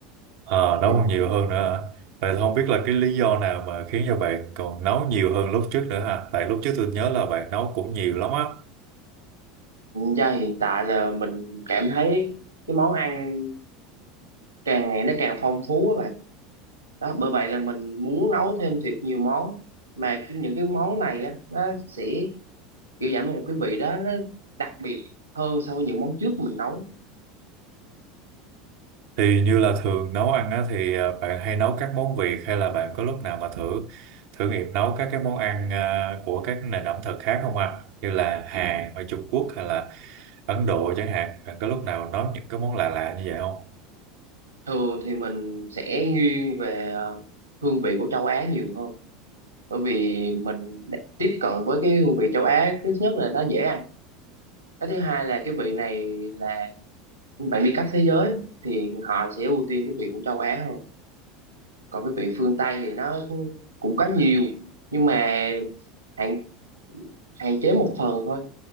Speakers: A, on the right; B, on the right.
A: Ờ,
B: dạo
A: nấu còn nhiều hơn nữa. hả? Vậy thì không biết là cái lý do nào mà khiến cho bạn còn nấu nhiều hơn lúc trước nữa ha? Tại lúc trước tôi nhớ là bạn nấu cũng nhiều lắm á. Ừ.
B: giờ hiện tại là mình cảm thấy cái món ăn càng ngày nó càng phong phú á bạn đó bởi vậy là mình muốn nấu thêm thiệt nhiều món mà cái- những cái món này á nó sẽ kiểu giảm một cái vị đó nó đặc biệt hơn so với những món trước mình nấu
A: Thì như là thường nấu ăn á, thì à, bạn hay nấu các món Việt hay là bạn có lúc nào mà thử thử nghiệm nấu các cái món ăn à, của các nền ẩm thực khác không ạ? Như là Hàn ở Trung Quốc hay là Ấn Độ chẳng hạn. Bạn có lúc nào nấu những cái món lạ lạ như vậy không?
B: thường thì mình sẽ nghiêng về ờ, hương vị của châu Á nhiều hơn bởi vì mình đã- tiếp cận với cái hương vị châu Á thứ nhất là nó dễ ăn cái thứ hai là cái vị này là bạn đi khắp thế giới thì họ sẽ ưu tiên cái vị của châu Á hơn còn cái vị phương Tây thì nó cũng cũng có nhiều nhưng mà hạn hạn chế một phần thôi